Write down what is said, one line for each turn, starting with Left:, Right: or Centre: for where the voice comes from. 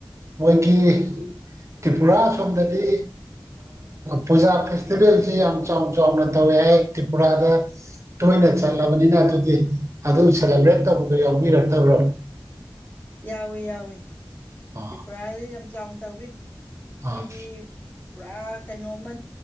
Right: ꯃꯣꯏꯒꯤ ꯇ꯭ꯔꯤꯄꯨꯔꯥ ꯁꯣꯝꯗꯗꯤ ꯄꯨꯖꯥ ꯐꯦꯁꯇꯤꯚꯦꯜꯁꯤ ꯌꯥꯝ ꯆꯥꯎ ꯆꯥꯎꯅ ꯇꯧꯋꯦ ꯇ꯭ꯔꯤꯄꯨꯔꯥꯗ ꯇꯣꯏꯅ ꯆꯠꯂꯕꯅꯤꯅ ꯑꯗꯨꯗꯤ ꯑꯗꯨ ꯁꯦꯂꯦꯕ꯭ꯔꯦꯠ ꯇꯧꯕꯗꯣ ꯌꯥꯎꯕꯤꯔꯛꯇꯕ꯭ꯔꯣ
Left: ꯌꯥꯎꯏꯤ ꯌꯥꯎꯏꯤ
Right: ꯑꯥ
Left: ꯇꯔꯤꯄꯨꯔꯥꯗꯤ ꯌꯥꯝ ꯆꯥꯎꯅ ꯇꯧꯋ
Right: ꯑꯥ
Left: ꯃꯣꯏꯗꯤ ꯄꯨꯔꯥ ꯀꯩꯅꯣꯃ